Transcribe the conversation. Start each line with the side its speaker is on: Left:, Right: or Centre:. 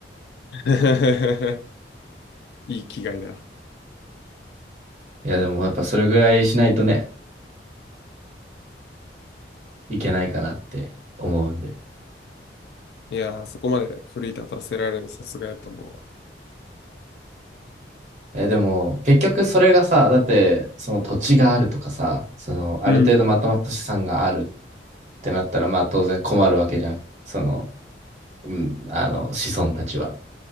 Left: <laughs> いい気概だ。
Right: いや、でもやっぱそれぐらいしないとね、いけないかなって思うんで。
Left: いやー、そこまで奮い立たせられるのさすがやと思うわ。
Right: え、でも、結局それがさ、だって、その土地があるとかさ、その、ある程度まとまった資産がある
Left: うん。
Right: ってなったら、まあ当然困るわけじゃん。その、うん、あの、子孫たちは。